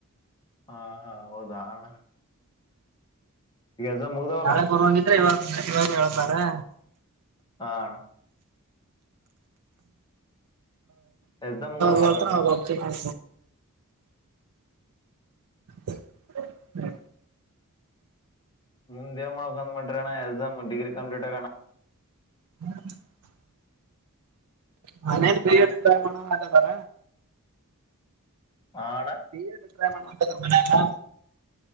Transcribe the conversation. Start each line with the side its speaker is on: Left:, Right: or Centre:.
Left: ಹಾ ಹಾ ಹೌದಾ ಹಣ್ಣ ದ ಮುದ
Right: ನಾಳೆ ಬರ್ವಂಗಿದ್ರೆ ಇವಾಗ ಇವಾಗ ಹೇಳ್ತಾರೆ
Left: ಹಣ ಎಕ್ಸಾಮ್ ಮುಗ್ದವಲ್ಲ
Right: ಹತ್ರ
Left: ಅಣ್ಣ
Right: ಹ ಚ ಹ ಹ್ಮ
Left: ಮುಂದ್ವ್ ಮಾಡಕ ಅಂದ್ ಮಾಡ್ರಣ್ಣ ಎಕ್ಸ್ ಡಿಗ್ರಿ ಕಂಪ್ಲಟ್ ಆಗಣ
Right: ಹ ನಾನೇನ್ ಬೇಮ ಮಾಡ ಹಾಗದಾರ
Left: ಆಣ
Right: ಬ ಟ್ರೈ ಮಾಡ್ರ ಮನಲ್ಲ